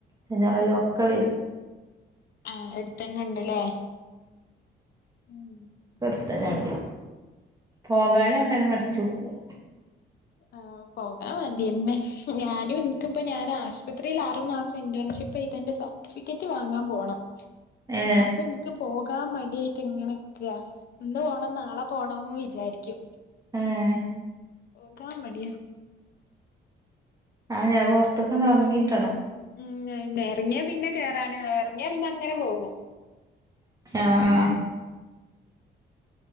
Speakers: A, on the right; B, on the left.
A: ചെനറലോ ഒക്കെ വരും
B: ആഹ് എടുത്ത തന്നെ ഉണ്ടല്ലേ ഉം
A: കർത്തനുണ്ട് പോകാനും അങ്ങനെ മടിച്ചു വെക്കും
B: ആ പോകാൻ മതിന്നെ ഞാനും ഇനിക്കിപ്പ ഞാൻ ആശുപത്രിയിൽ അറുമാസം ഇ ഇപ്പൊ ഇതിന്റെ സർട്ടിഫിക്കറ്റ് വാങ്ങാൻ പോണം
A: ഏ
B: അപ്പൊ എനിക്ക് പോകാൻ മടായിട്ട് എങ്ങനെയക്കെയ ഉണ്ട് പോണം നാളെ പോണം വിചാരിക്കും
A: ആഹ
B: ഓ കാ മടിയ
A: ആഹ് ഞാൻ പുറത്തക്കണ്ട് ഇറങ്ങിട്ടാണ്
B: ഉ നിറങ്ങിയാ പിന്നെ കേറാാന് നിറങ്ങിയാ പിന്നെ അങ്ങനെ പോകുമോ
A: ആഹ